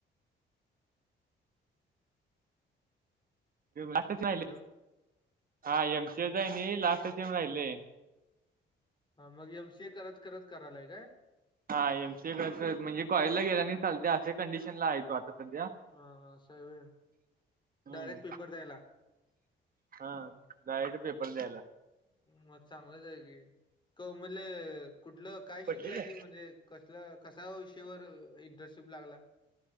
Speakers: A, on the right; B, on the left.
A: लाटच राहिले
B: हॅलो
A: हा एम सी एच आहे लास्टच ये राहिले
B: हा मग एम सीए करत करत करायलाय काय
A: हा एम सीए कर म्हणजे कॉलेजला ला गेला नाही चालते असशा कंडिशन ला आहे तो आता सध्या
B: हा असाय व्हय
A: हम्म
B: डायरेक्ट पेपर द्यायला
A: हा डारेक्ट पेपर द्यायला
B: मग चांगलंच आहे की क म्हणले कुठलं काय
A: पडलेलं
B: शिकलाय की म्हणजे कसलं कसा इंटर्नशिप लागला